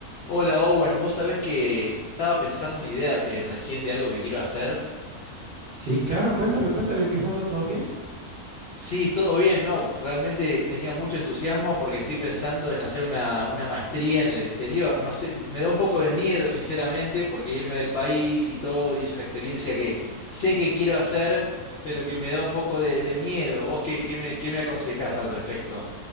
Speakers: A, on the left; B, on the right.
A: Hola Owen, vos sabés que estaba pensando una idea eh, recién de algo que quiero hacer.
B: Sí, claro, cuéntame, cuéntame, ¿qué pasó? ¿Todo bien?
A: Sí, todo bien, ¿no? Realmente tenía mucho entusiasmo porque estoy pensando en hacer una, una maestría en el exterior. No sé, me da un poco de miedo, sinceramente, porque irme del país y todo, y es una experiencia que sé que quiero hacer, pero que me da un poco de, de miedo. ¿Vos qué, qué me, qué me aconsejás al respecto?